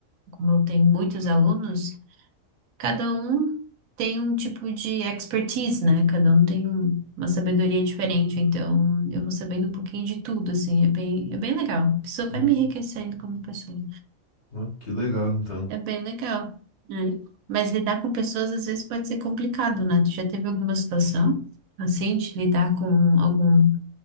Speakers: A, on the right; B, on the left.
A: como eu tenho muitos alunos. Cada um tem um tipo de expertise, né? Cada um tem um- uma sabedoria diferente, então eu vou sabendo um pouquinho de tudo, assim, é bem, é bem legal. A
B: Hum,
A: vai me enriquecendo como pessoa.
B: ó, que legal, então.
A: É bem legal. né? Mas lidar com pessoas às vezes pode ser complicado, né? Tu já teve alguma situação assim, de lidar com algum,